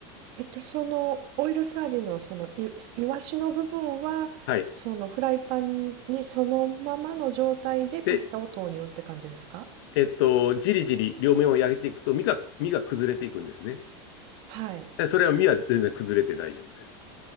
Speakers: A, on the right (about 45°); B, on the left (about 60°).
A: えっと、そのオイルサーディンのそのいいわしの部分はそのフライパンにそのままの状態でパスタを投入って感じですか
B: はい。で、えっと、じりじり両面を焼いていくと身が、身が崩れていくんですね。
A: はい。
B: でそれは身は全然崩れて大丈夫です。